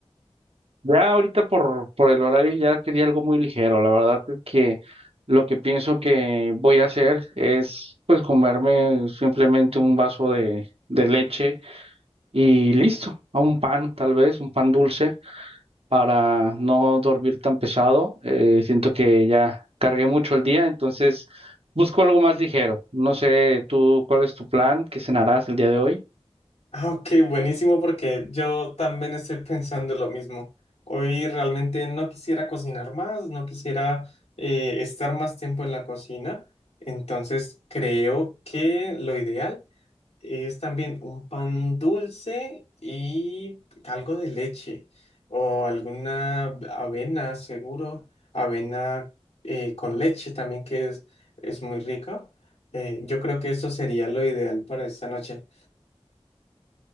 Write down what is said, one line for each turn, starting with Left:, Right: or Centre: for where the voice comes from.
Right: Ya ahorita por, por el horario ya quería algo muy ligero. La verdad es que lo que pienso que voy a hacer es pues comerme simplemente un vaso de, de leche y listo. A un pan tal vez, un pan dulce para no dormir tan pesado. Eh, siento que ya cargué mucho el día, entonces busco algo más ligero. No sé tú cuál es tu plan, qué cenarás el día de hoy.
Left: Ah, Ok, buenísimo porque yo también estoy pensando lo mismo. Hoy realmente no quisiera cocinar más, no quisiera eh, estar más tiempo en la cocina. Entonces creo que lo ideal es también un pan dulce y algo de leche o alguna avena, seguro. Avena eh, con leche también que es, es muy rico. Eh, yo creo que eso sería lo ideal para esta noche.